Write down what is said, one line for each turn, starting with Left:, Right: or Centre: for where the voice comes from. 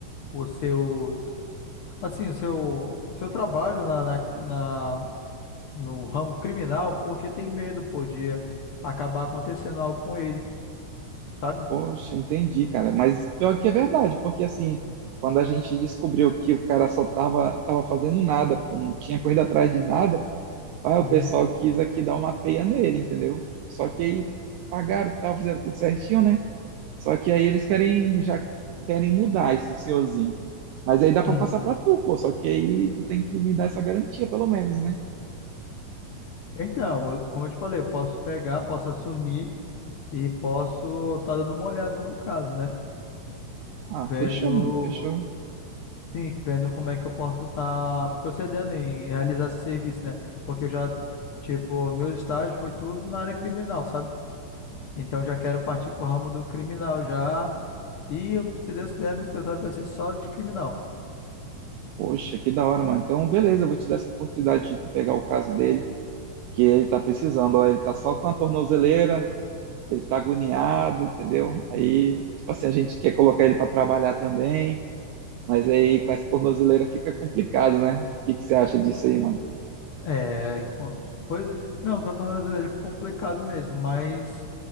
Left: o seu, assim, o seu, seu trabalho na, na, na- no ramo criminal porque tem medo, pô, de acabar acontecendo algo com ele, sabe?
Right: Poxa, entendi, cara. Mas pior que é verdade, porque assim, quando a gente descobriu que o cara só tava, tava fazendo nada, pô, não tinha corrido atrás de nada, aí o
Left: Uhum,
Right: pessoal quis aqui dar uma peia nele, entendeu? Só que aí pagaram, tal, fizeram tudo certinho, né? Só que aí eles querem, já querem mudar esse senhorzinho. Mas aí dá pra
Left: uhum.
Right: passar pra tu, pô. Só que aí tu tem que me dar essa garantia, pelo menos, né?
Left: Então, eu- como eu te falei, eu posso pegar, posso assumir e posso estar dando uma olhada no caso, né?
Right: Ah,
Left: Vendo.
Right: fechou, mano, fechou.
Left: Sim, vendo como é que eu posso estar procedendo em realizar esse serviço, né? Porque eu já, tipo, meus estágios foi tudo na área criminal, sabe? Então já quero partir pro ramo do criminal já. E se Deus quiser, meu escritório vai ser só de criminal.
Right: Poxa, que da hora, mano. Então, beleza, eu vou te dar essa oportunidade de tu pegar o caso dele, que ele tá precisando, ó, ele tá só com a tornozeleira, ele tá agoniado, entendeu? Aí,
Left: Hum.
Right: tipo assim, a gente quer colocar ele pra trabalhar também, mas aí com essa tornozeleira fica complicado, né? O que que você acha disso aí, mano?
Left: É, e co- pois é. Não, o Canton Brasileiro ficou complicado mesmo, mas